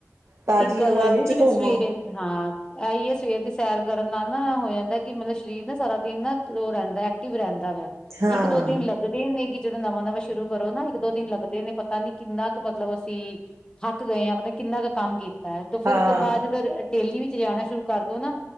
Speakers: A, on the right; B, on the left.
A: ਤਾਜ਼ੀ
B: ਇੱਕ ਗੱਲ
A: ਹਵਾ
B: ਹੋਏ
A: ਵਿੱਚ
B: ਨਾ ਜਿਵੇਂ
A: ਘੁੰਮੋ
B: ਸਵੇਰੇ ਹਾਂ ਇਹੀ ਹੈ ਸਵੇਰ ਦੀ ਸੈਰ ਕਰਨ ਨਾਲ ਨਾ ਹੋ ਜਾਂਦਾ ਕਿ ਮਤਲਬ ਸਰੀਰ ਨਾ ਸਾਰਾ ਦਿਨ ਨਾ ਉਹ ਰਹਿੰਦਾ ਐਕਟਿਵ ਰਹਿੰਦਾ ਵਾ
A: ਹਾਂ
B: ਇੱਕ ਦੋ ਦਿਨ ਲੱਗਦੇ ਨੇ ਕਿ ਜਦੋਂ ਨਵਾਂ ਨਵਾਂ ਸ਼ੁਰੂ ਕਰੋ ਨਾ ਇੱਕ ਦੋ ਦਿਨ ਲੱਗਦਾ ਨੇ ਪਤਾ ਨੀ ਕਿੰਨਾ ਕੁ ਮਤਲਬ ਅਸੀਂ ਥੱਕ ਗਏ ਹਾਂ ਆਪ ਕਿੰਨਾ ਕੁ ਕੰਮ ਕੀਤਾ ਤੇ ਫੇਿਰ
A: ਹਾਂ
B: ਉਸ ਤੋਂ ਬਾਅਦ ਜਦੋਂ ਡੇਲੀ ਵਿੱਚ ਜਾਣਾ ਸ਼ੁਰੂ ਕਰ ਦੋ ਨਾ